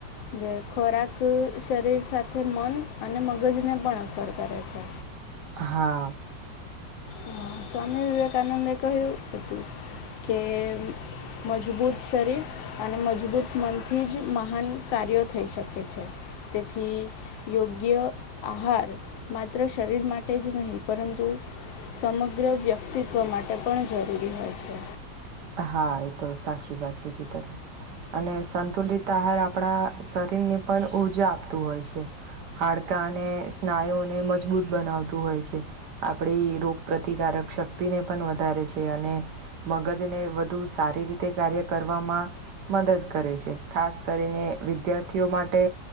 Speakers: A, on the left (about 85°); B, on the right (about 65°).
A: જે ખોરાક શરીર સાથે મન અને મગજને પણ અસર કરે છે.
B: હા.
A: હ સ્વામી વિવેકાનંદે કહ્યું હતું કે મજબૂત શરીર અને મજબૂત મનથી જ મહાન કાર્યો થઈ શકે છે. તેથી યોગ્ય આહાર માત્ર શરીર માટે જ નહીં પરંતુ સમગ્ર વ્યક્તિત્વ માટે પણ જરૂરી હોય છે.
B: હા એ તો સાચી વાત કીધી તમે. અને સંતુલિત આહાર આપણા શરીરને પણ ઊર્જા આપતું હોય છે. હાડકા અને સ્નાયુને મજબૂત બનાવતું હોય છે. આપણી રોગ પ્ર્રતિકારક શક્તિને પણ વધારે છે અને મગજ જેને વધુ સારી રીતે કાર્ય કરવામાં મદદ કરે છે ખાસ કરીને વિદ્યાર્થીઓ માટે.